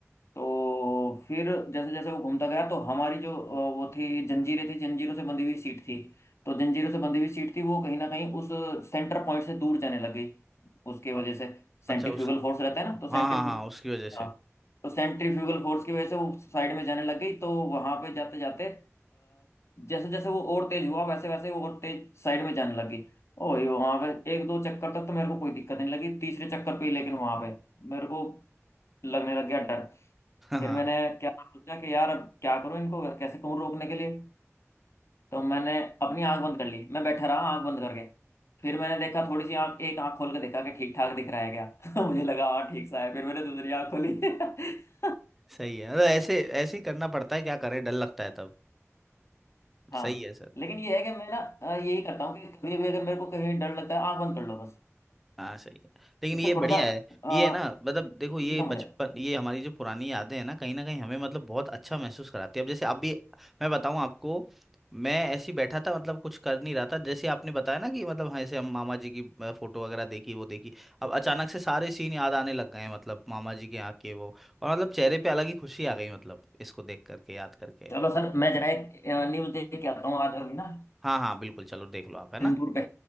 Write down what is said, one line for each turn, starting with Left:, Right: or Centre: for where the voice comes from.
Left: तो फिर जैसे जैसे वो घूमता गया तो हमारी जो अ, वो थी जंजीरें थी जंजीरों से बंधी हुई सीट थी तो जंजीरों से बंधी हुई सीट थी वो कहीं ना कहीं उस सेंटर पॉइंट से दूर जाने लगी उसके वजह
Centre: अ-
Left: से सेंट्रीफ्यूगल
Centre: अच्छा उस
Left: फोर्स रहता है
Centre: हाँ
Left: ना तो सेंट्रीफ्यू
Centre: हाँ हाँ उसकी वजह
Left: हाँ
Centre: से <laughs>
Left: तो सेंट्रीफ्यूगल फोर्स की वजह से वो साइड में जाने लग गई तो वहां पे जाते जाते जैसे जैसे वो और तेज हुआ वैसे वैसे वो और तेज साइड में जाने लगी ओ ये वहां पे एक दो चक्कर तक तो मेरे को कोई दिक्कत नहीं लगी तीसरे चक्कर पे ही लेकिन वहां पे मेरे को लगने लग गया डर
Centre: हाँ
Left: फिर
Centre: हाँ
Left: मैंने क्या सोचा कि यार अब क्या करूं इनको कैसे कहूं रोकने के लिए तो मैंने अपनी आंख बंद कर ली मैं बैठा रहा आंख बंद करके फिर मैंने देखा थोड़ी सी आंख एक आंख खोल के देखा कि ठीक ठाक दिख रहा है क्या <laughs> मुझे लगा हाँ ठीक सा है फिर मैंने दूसरी आंख खोली <laughs>
Centre: सही है अरे ऐसे ऐसे ही करना पड़ता है क्या करें डर लगता है तब
Left: हाँ
Centre: सही है सर
Left: लेकिन ये है कि मैं ना अ, यही करता हूँ कि कभी भी अगर मेरे को कहीं डर लगता है आंख बंद कर लो बस
Centre: हाँ सही है लेकिन
Left: उससे
Centre: ये बढ़िया
Left: थोड़ा सा
Centre: है
Left: अ,
Centre: ये है ना मतलब देखो
Left: चीजें
Centre: ये
Left: कम
Centre: बचपन
Left: हो जाती है
Centre: ये हमारी जो पुरानी यादें हैं ना कहीं ना कहीं हमें मतलब बहुत अच्छा महसूस कराती है अब जैसे अभी मैं बताऊँ आपको मैं ऐसे ही बैठा था मतलब कुछ कर नहीं रहा था जैसे आपने बताया ना कि मतलब हाँ, ऐसे हम मामा जी की अ, फोटो वगैरह देखी वो देखी अब अचानक से सारे सीन याद आने लग गए हैं मतलब मामा जी के यहाँ के वो और मतलब चेहरे पे अलग ही खुशी आ गई मतलब इसको देख करके याद करके
Left: चलो सर मैं जरा एक न्यूज देख के आता हूँ आज अभी ना
Centre: हाँ हाँ बिल्कुल चलो देख लो आप है ना
Left: इंदूर पे